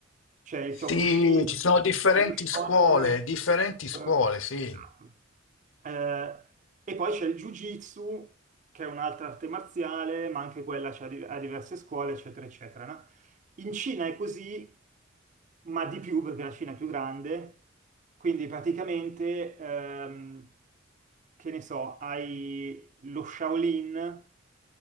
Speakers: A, on the right; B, on the left.
A: c'è il
B: Sì,
A: Kyokushin,
B: ci sono differenti
A: c'è lo
B: scuole,
A: Shonin.
B: differenti scuole,
A: eh,
B: sì.
A: Esatto. Eh, e poi c'è il Jiu-Jitsu, che è un'altra arte marziale, ma anche quella c'è a di- a diverse scuole, eccetera, eccetera, no? In Cina è così, ma di più perché la Cina è più grande, quindi praticamente, ehm, che ne so, hai lo Shaolin,